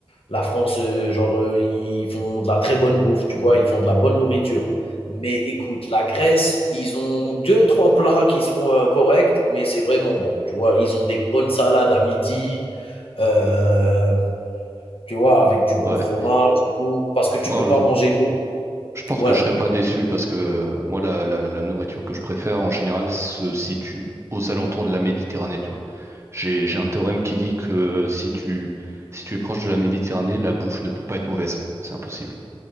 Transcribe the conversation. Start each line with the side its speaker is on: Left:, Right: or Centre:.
Left: La France, euh, genre, euh, ils font de la très bonne bouffe, tu vois, ils font de la bonne nourriture. Mais écoute, la Grèce, ils ont deux, trois plats qui sont euh, corrects, mais c'est vraiment bon. Tu vois, ils ont des bonnes salades à midi, euh, tu vois, avec du bon
Right: ouais.
Left: fromage et tout, parce que tu
Right: Bon,
Left: peux
Right: alors,
Left: pas manger.
Right: Je pense
Left: Ouais,
Right: que je serais pas déçu parce que moi, la, la, la nourriture que je préfère en général se situe aux alentours de la Méditerranée, tu vois. J'ai, j'ai un théorème qui dit que si tu, si tu es proche de la Méditerranée, la bouffe ne peut pas être mauvaise. C'est impossible.